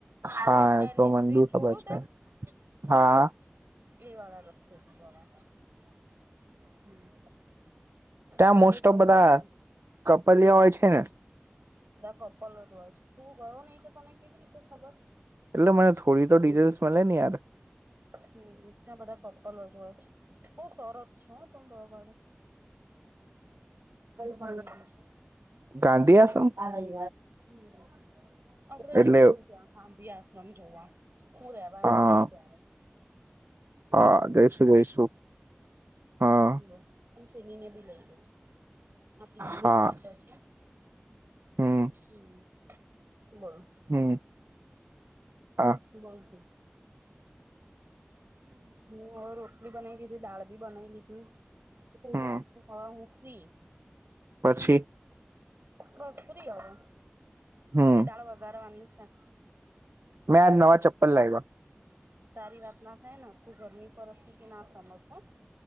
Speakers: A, on the right; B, on the right.
A: હા
B: એલિસ
A: તો મુ
B: બ્રિજ
A: ખબર
B: જોયું તે
A: છે હા
B: એ વાડા રસ્તેથી જવાય હમ
A: ત્યાં
B: મારે
A: મોસ્ટ
B: જવાનું
A: ઓફ બધા
B: હતું
A: કપલિયા હોય છે ને
B: કપલ જ હોય છે તું ગયો નહી તો તને કેવી રીતે ખબર
A: એટલે મને થોડી તો ડિટેલ્સ મળે ને યાર
B: હમ એં બધા કપ્પલો જોય છે બહુ સરસ છ તમ લગડે
A: હ
B: ગયું છે
A: ગાંધી આસમ <inaudible>
B: હમ આપગડે
A: એટલે
B: જઈશું ત્યાં ગાંધી આશ્રમ જોવા હું રેવા આવીઈશ
A: હા
B: ને ત્યારે
A: હા જઈશું જઈશું હા
B: હ અંકેલી ને ભી લઈ આપણી બીજી
A: હા
B: શિકષઠા છે
A: હમ
B: હમ બોલો
A: હમ હા
B: હમ બોલતીું હમ ી બનાઈ લીધથી દાળી બનાઈ લીધી
A: હમ
B: હા હું ફ્રી
A: પછી
B: બસ ફ્રી આ ખાલી
A: હમ
B: દાળ વગારવાની છે હઠા
A: મેં આજ નવા ચપ્પલ લાયગ
B: તારી વાત ના થાય ને તું ઘરની પરિસ્થિતિ ના સમજ પણ